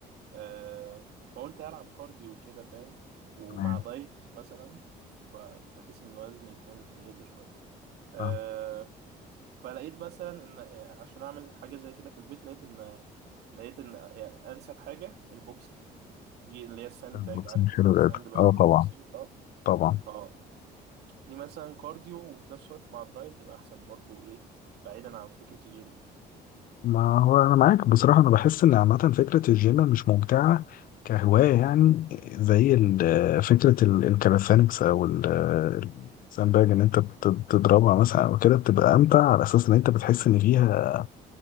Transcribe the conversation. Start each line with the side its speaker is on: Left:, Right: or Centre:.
Right: آه فقلت هلعب كارديو كده فاهم ومع
Left: تمام
Right: دايت مثلا فبحيث ان وزني يكون يقل شويه آه،
Left: فاهمك.
Right: فلقيت مثلا ان يعني عشان اعمل حاجه زي كده في البيت لقيت ان لقيت ان يعني انسب حاجه البوكسنج دي اللي هي الساند
Left: البوكسنج
Right: باج عارف
Left: شيل
Right: الساند
Left: القدر
Right: باج
Left: اه
Right: والبوكسنج
Left: طبعا
Right: اه
Left: طبعا
Right: اه دي مثلا كارديو وفي نفس الوقت مع الدايت يبقى احسن برضو ايه بعيدا عن فكره الجيم
Left: ما هو انا معاك بصراحه انا بحس ان عامه فكره الجيم مش ممتعه كهوايه يعني زي ال- فكره ال- الكاليستانكس او ال- الساندباج ان انت بت- بتضربها مثلا او كده بتبقى امتع على اساس ان انت بتحس ان فيها